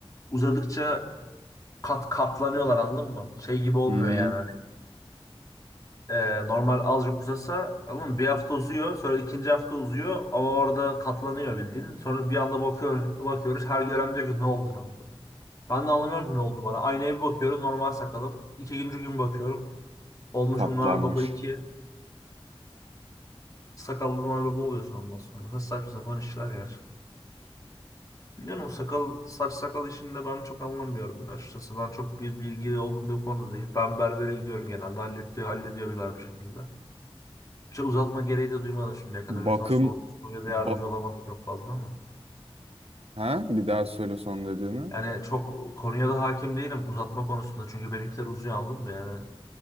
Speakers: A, on the left; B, on the right.
A: uzadıkça kat katlanıyorlar anladın mı? Şey gibi olmuyor
B: Hı hı.
A: yani hani. Ee, normal azıcık uzasa anladın mı? Bir hafta uzuyor sonra ikinci hafta uzuyor ama orada katlanıyor bildiğin. Sonra bir anda bakıyor, bakıyoruz her gören diyor ki ne oldu sana? Ben de anlamıyorum ki ne oldu bana. Aynaya bir bakıyorum normal sakalım. İkinci gün bakıyorum. Olmuşum
B: Katlanmış.
A: Noel Baba 2. Sakallı Noel Baba oluyorsun ondan sonra. Saçma sapan işler ya. Bilmiyorum o sakal saç sakal işinde ben çok anlamıyorum açıkçası. Ben çok bir bilgili olduğum bir konuda değil. Ben berbere gidiyorum genelde. Hallediyor, hallediyorlar bir şekilde. Bir şey uzatma gereği de duymadım şimdiye kadar.
B: Bakım
A: O yüzden sorduğum soruya da
B: ba
A: yardımcı olamadım çok fazla ama.
B: ha bir daha söyle son dediğini.
A: Yani çok konuya da hakim değilim uzatma konusunda. Çünkü benimkiler uzuyor anladın mı yani.